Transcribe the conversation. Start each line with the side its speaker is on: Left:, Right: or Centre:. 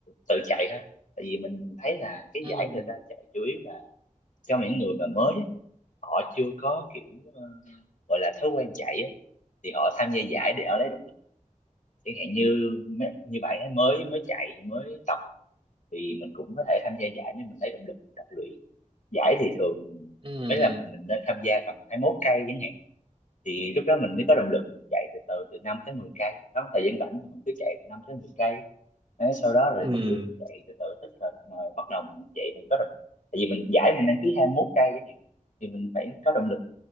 Left: tự chạy thôi tại vì mình thấy là cái
Right: Ừ,
Left: giải người ta chạy chủ yếu là cho những người mà mới á, họ chưa có kiểu ờ, gọi là thói quen chạy á, thì họ tham gia giải để họ lấy động lực chẳng hạn như như bạn ấy mới mới chạy mới tập thì mình cũng có thể tham gia giải để mình lấy động lực mình tập luyện giải thì thường
Right: ừ,
Left: mới là mình nên tham gia tầm hai mốt cây chẳng hạn thì lúc đó mình mới có động lực mình chạy từ từ từ 5 tới 10 cây đó thời gian rảnh thì mình cứ chạy từ năm tới mười cây Đấy, sau đó rồi
Right: ừ,
Left: mình
Right: ừ,
Left: cứ chạy từ từ tích rồi rồi bắt đầu mình chạy mình có động tại vì mình giải mình đăng ký 21 cây chẳng hạn thì mình phải có động lực